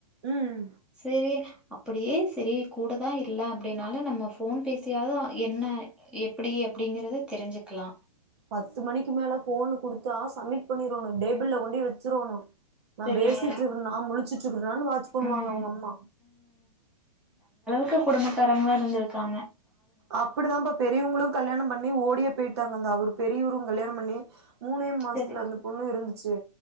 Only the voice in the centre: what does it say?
செரி அப்டியே செரி கூடதா இல்ல அப்டின்னாலு நம்ம போன் பேசியாது என்ன எப்டி அப்டிங்கறத தெரிஞ்சுக் க்கலா
சரிங்க
ம்
மிக்க குடும்பக்காரங்களா இருந்துருக்காங்க
சரி